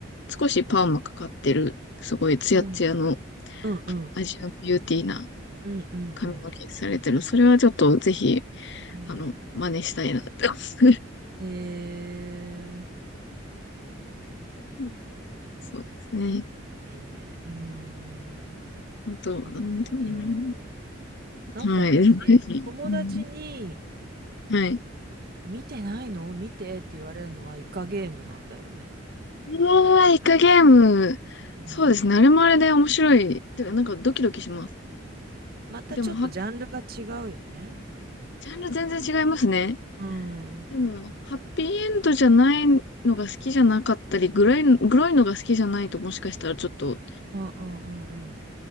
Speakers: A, on the left (about 60°); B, on the right (about 50°).
A: 少しパーマかかってる、すごいツヤツヤの
B: うんうんうん
A: アジアンビューティーな
B: うんうん
A: 髪の毛されてる。それはちょっとぜひ
B: う
A: あの、真似したいなって思う。
B: ん。え
A: <laughs> そうですね。
B: ー、いいね。うん。
A: 本当、
B: え、
A: 本当にね。
B: 見てみよう。なんか私、
A: はい。ぜひ。
B: 友達に、
A: うんはい。
B: 見てないの見てって言われるのはイカゲームなんだよね。
A: うわー、イカゲーム。
B: うん。
A: そうですね。あれもあれで面白い。てか、なんかドキドキします。
B: またちょっとジャンルが違うよね。
A: でも、は、ジャンル全然違いますね。
B: うん。うん
A: でも、ハッピーエンドじゃないのが好きじゃなかったり、グロい、グロいのが好きじゃないともしかしたらちょっと、
B: うんうんうん。